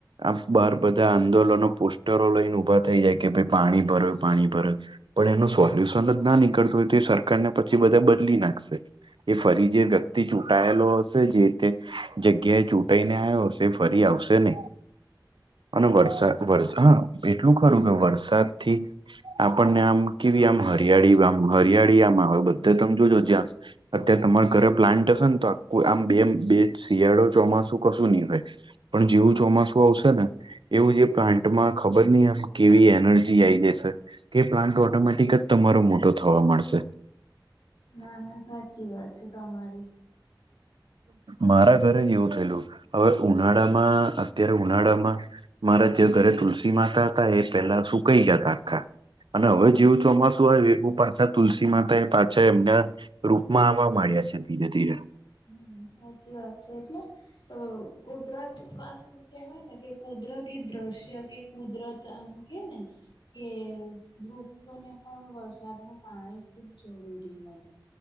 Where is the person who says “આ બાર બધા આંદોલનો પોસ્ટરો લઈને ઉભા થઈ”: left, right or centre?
Right